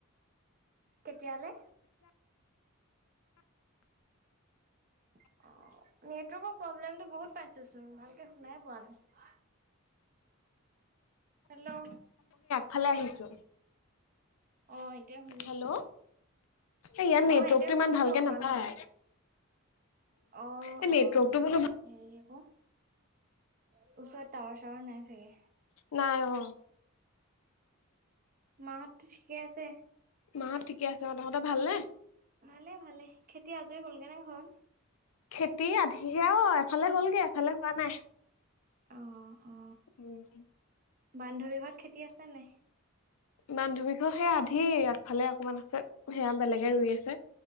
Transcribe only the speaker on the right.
কেতিয়ালে। অ, নেটৱৰ্কৰ প্ৰব্লেমতটো বহুত পাইছো চোন ভালকে শুনাই পোৱা নাই। হেল্ল',
অ, এতিয়া শুনিছো।
অ, এতিয়া
শুনিছো
অকণমান
অহ। অ
অ,
হেৰি আকৌ ওচৰত টাৱাৰ চাৱৰ নাই চাগে।
মা হত ঠিকে আছে।
ভালে ভালে খেতি আজৰি হ'লগে নে ঘৰত।
অ অ।
বান্ধৱীঘত খেতি আছে নে নাই।